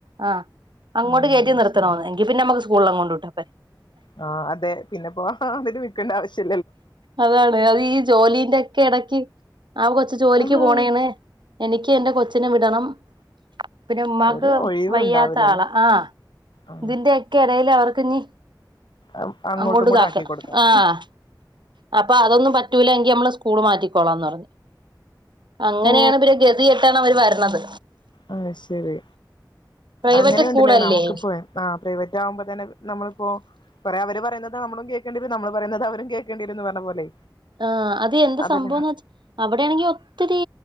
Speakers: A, on the right; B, on the left.
A: ആ അങ്ങോട്ട്
B: ആ
A: കയറ്റി
B: അത്
A: നിർത്തണന്ന്
B: ശരി
A: എങ്കി പിന്നെ നമുക്ക് സ് <unintelligible>
B: ആ അതെ പി ന്ന പോക ഹ പിനെ വിക്കണ്ട ആവശ്യ
A: അതാണ് അത് ഈ ജോലി ഇതൊക്കെ എടക്ക് അ കൊച്ചു ജോലിക്ക്
B: ആഹാ
A: പോണേണ് എനിക്ക് ക്ക് എന്റെ കൊച്ചിനെ വിടണം പിന്നെ ഉമ്മാക്ക്
B: ഒരു ഒഴിവും
A: വയ്യാത്ത
B: ഉണ്ടാവില്ലല്ലേ
A: ആള ആ
B: ആ
A: ഇതിന്റെ എക്കെ ഇടെല് അവർക്ക് ഇനി
B: അം അങ്ങോട്ടും
A: അങ്ങോട്ട്
B: കൂടെ
A: ഇതാക്കണം
B: ആക്കി കൊടുക്കണം
A: ആഹ് അപ്പൊ അതൊന്നും പറ്റൂലെങ്കിൽ നമ്മള് സ്കൂൾ മാറ്റിക്കും കൊള്ളാന്ന് പറഞ്ഞ് അങ്ങനെയാണ്
B: ഓ
A: പിന്നെ ഗതി കെട്ടാണ് അവര് വരണത്
B: ആ ശരി
A: പ്രൈവറ്റ്
B: അങ്ങനെയുണ്ടല്ലേ
A: സ്കൂളല്ലേ
B: നമുക്ക് പോയി ആ പ്രൈവറ്റ് ആകുമ്പോ തന്നെ നമ്മളിപ്പോ കുറേ അവര് പറയുന്നത് നമ്മളും കേക്കേണ്ടി വരും നമ്മള് പറയുന്നത് അവരും കേക്കേണ്ടി വരുന്ന് പറഞ്ഞ പോലെ
A: ആ അത് എന്ത്
B: അതല്ല
A: സംഭവംന് വച്ചാ അവിടെയാണെങ്കിൽ ഒത്തിരി